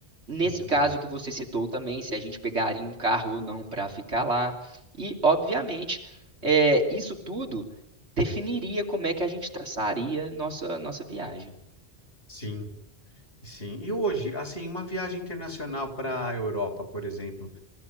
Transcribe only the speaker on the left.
Muito
bom.
Sim, sim. E hoje, assim, uma viagem internacional para a Europa, por exemplo,